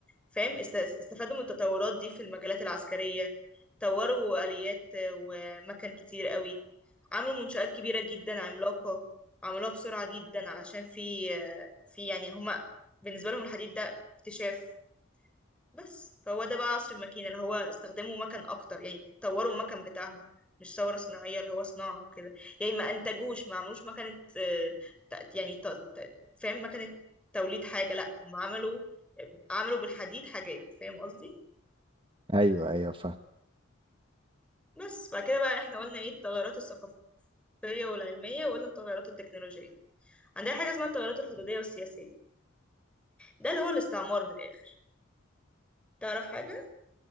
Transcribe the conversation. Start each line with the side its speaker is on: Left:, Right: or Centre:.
Centre: فاهم است- استفادوا من التطورات دي في المجالات العسكرية طوروا آليات ومكن كتير قوي عملوا منشآت كبيرة جدا عملاقة عملوها بسرعة جدا علشان في في يعني هما بالنسبة لهم الحديد ده اكتشاف بس فهو ده بقى عصر الماكينة اللي هو استخدموا مكن أكتر يعني طوروا المكن بتاعهم مش ثورة صناعية اللي هو صناعة وكده يعني ما أنتجوش ما عملوش مكنة آه، ت- يعني ت- ت- فاهم مكنة توليد حاجة لأ هم عملوا عملوا بالحديد حاجات فاهم قصدي
Right: ايوه ايوه فاهم
Centre: بس بعد كده بقى احنا قلنا ايه التغيرات الثقافية والعلمية وقلنا التغيرات التكنولوجية عندنا حاجة اسمها التغيرات الحدودية والسياسية ده اللي هو الاستعمار من الآخر تعرف حاجة